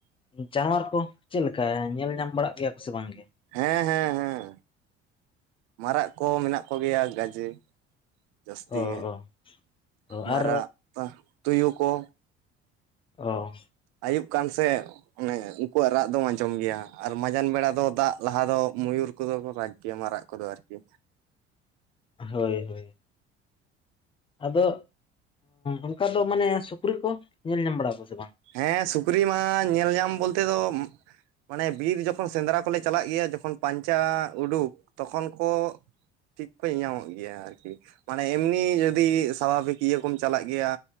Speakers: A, on the left (about 15°); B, on the right (about 55°).
A: ᱡᱟᱱᱣᱟᱨ ᱠᱚ ᱪᱮᱫ ᱞᱮᱠᱟ ᱧᱮᱞ ᱧᱟᱢ ᱵᱟᱲᱟᱜ ᱜᱮᱭᱟ ᱠᱚ ᱥᱮ ᱵᱟᱝ ᱜᱮ
B: ᱦᱮᱸ ᱦᱮᱸ ᱦᱮᱸ ᱢᱟᱨᱟᱜ ᱠᱚ ᱢᱮᱱᱟᱜ ᱠᱚᱜᱮᱭᱟ ᱜᱟᱡᱮ ᱡᱟᱹᱥᱛᱤ
A: ᱚ
B: ᱜᱮ
A: ᱚ ᱚ
B: ᱢᱟᱨᱟᱜ
A: ᱟᱨ
B: ᱛᱩᱭᱩ ᱠᱚ
A: ᱚ
B: ᱟᱹᱭᱩᱵ ᱠᱟᱱ ᱥᱮ ᱚᱱᱮ ᱩᱱᱠᱩᱣᱟᱜ ᱨᱟᱜ ᱫᱚᱢ ᱟᱸᱡᱚᱢ ᱜᱮᱭᱟ ᱟᱨ ᱢᱟᱡᱟᱱ ᱵᱮᱲᱟ ᱫᱚ ᱫᱟᱜ ᱞᱟᱦᱟ ᱫᱚ ᱢᱩᱭᱩᱨ ᱠᱩ ᱫᱚ ᱠᱚ ᱨᱟᱜᱽ ᱜᱮᱭᱟ ᱢᱟᱨᱟᱜ ᱠᱚᱫᱚ ᱟᱨᱠᱤ
A: ᱦᱳᱭ ᱦᱳᱭ ᱟᱫᱚ ᱚᱱᱠᱟ ᱫᱚ ᱢᱟᱱᱮ ᱥᱩᱠᱨᱤ ᱠᱚ ᱧᱮᱞ ᱧᱟᱢ ᱵᱟᱲᱟᱠᱚ ᱥᱮ ᱵᱟᱝ
B: ᱦᱮᱸ ᱥᱩᱠᱨᱤ ᱢᱟ ᱧᱮᱞ ᱧᱟᱢ ᱵᱚᱞᱛᱮ ᱫᱚ ᱢᱟᱱᱮ ᱵᱤᱨ ᱡᱚᱠᱷᱚᱱ ᱥᱮᱸᱫᱽᱨᱟ ᱠᱚᱞᱮ ᱪᱟᱞᱟᱜ ᱜᱮᱭᱟ ᱡᱚᱠᱷᱚᱱ ᱯᱟᱧᱪᱟ ᱩᱰᱩᱠ ᱛᱚᱠᱷᱚᱱ ᱠᱚ ᱴᱷᱤᱠ ᱠᱚᱧ ᱧᱟᱢᱟ <unintelligible> ᱟᱨᱠᱤ ᱢᱟᱱᱮ ᱮᱢᱱᱤ ᱡᱚᱫᱤ ᱥᱟᱵᱷᱟᱵᱤᱠ ᱤᱭᱟᱹ ᱠᱚᱢ ᱪᱟᱞᱟᱜ ᱜᱮᱭᱟ